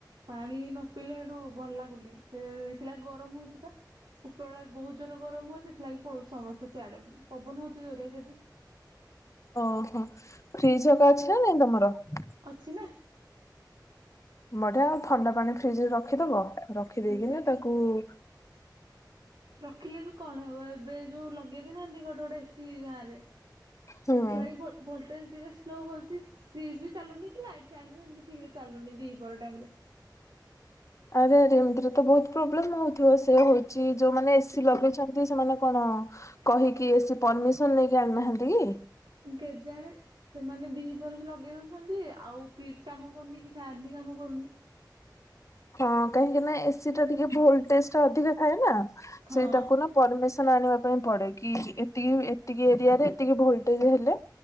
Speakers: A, on the right; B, on the left.
A: ପାଣି ନ ପିଇଲେ ଏଠୁ ଭଲ ଲାଗୁନି ସେ ହେଇଥିଲାଗି ଗରମ ହଉଛି ବା ଉପର ବଳେ ବହୁତ ଜୋର ଗରମ ହଉଛି ସେଥିଲାଗି ପଳଉ ସମସ୍ତେ ତ ସେଆଡେ ପବନ ହଉଛି ଜରିଆ ସେ <inaudible>
B: ଓହୋ ଫ୍ରିଜ୍ ହଗା ଅଛି ନା ନାଇଁ ତମର ।
A: ଅଛି ନା ।
B: ବଢିଆ ଆଉ ଥଣ୍ଡା ପାଣି ଫ୍ରିଜ ରେ ରଖିଦବ ରଖିଦେଇକିନା
A: ସେ
B: ତାକୁ <inaudible>
A: ରଖିଲେ ବି କଣ ହବ ଏବେ ଯୋଉ ଲଗେଇଦନାହାନ୍ତି ଗୋଟେ ଗୋଟେ ସି ଗାଁ ରେ ଏଥିଲାଗି
B: ହୁଁ
A: ଭୋଲ ଭୋଲଟେଜ ଟେ ସ୍ଲୋ ହେଉଛି ଫ୍ରିଜ୍ ବି ଚାଲୁନି । ଲାଇଟ ଫେନ୍ ବି ଏମିତି ଠିକରେ ଚାଲୁନି । <inaudible> ବରା ଟାଇମରେ
B: ଆରେ ଏମିତିରେ ତ ବହୁତ ପ୍ରୋବ୍ଲେମ ହଉଥିବ ସେ ହଉଛି ଯୋଉମାନେ ଏସି ଲଗେଇଛନ୍ତି ସେମାନେ କଣ କହିକି ଏସି ପରମିସନ ନେଇକି ଆଣିନାହାନ୍ତି କି?
A: କେଜାଣେ ସେମାନେ ଦି ର ସେ ଲଗେଇ ଦଉଛନ୍ତି ଆଉ ଫ୍ରିଜ କାମ କରୁନି କି ଫ୍ୟନ୍ ବି କାମ କରୁନି ।
B: ହଁ କାହିଁକି ନା ଏସି ଟା ଟିକେ ଭୋଲଟେଜ ଟା ଅଧିକା ହେ ନା
A: ହଁ
B: ସେଇ ତାକୁ ନା ପରମିସନ ଆଣିବା ପାଇଁ ପଡେ କି ଏତିକି ଏତିକି ଏରିଆରେ ଏତିକି ଭୋଲଟେଜ ହେଲେ